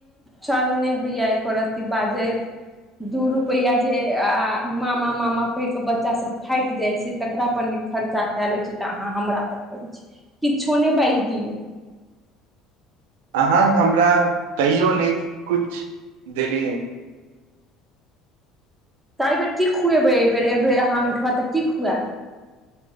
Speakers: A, in the centre; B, on the right.
A: सरम नहि होइ आ एक री बाजे दू रुपैआ जे आ मामा मामा कहि के बच्चा भऽ थाकि जाइ छै, तकरा पर खर्चा कए ले छै, तऽ अहाँ हमरा पर करै छीय किछो नहि बाजि दियौ।
B: अहाँ हमरा कहियो नहि कुछ देलिय।
A: तऽ एहि बेर कि खुएब, एहि बेर एहि बेर अहाँ ओठमा तऽ कि खुएब,